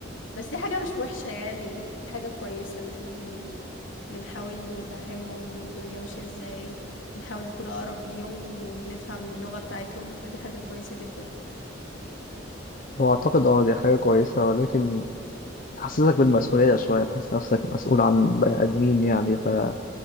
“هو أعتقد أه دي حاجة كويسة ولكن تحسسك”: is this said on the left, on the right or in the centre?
Left